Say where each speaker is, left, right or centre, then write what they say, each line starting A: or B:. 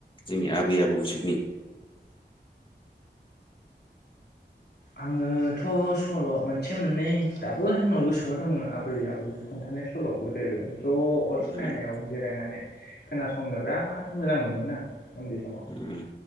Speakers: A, on the left (about 25°); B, on the left (about 65°).
A: जोंनि आबै आबौ जुगनि?
B: आङोथ' सल' मोनसे मोननै दाबो आंनाव गोसोआव दङ आबै आबौ खोन्थानाय स सल' गोदो ज' अर
A: उम
B: सायनायाव जिरायनानै। खोनासंनो बिराद मोजां मोनोमोन आं। उन्दै समाव
A: उम